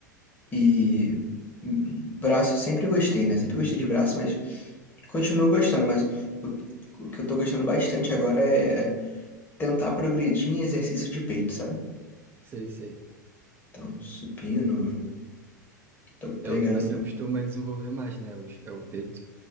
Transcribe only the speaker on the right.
Sei, sei.
É o que você costuma desenvolver mais, né? Os- É o peito.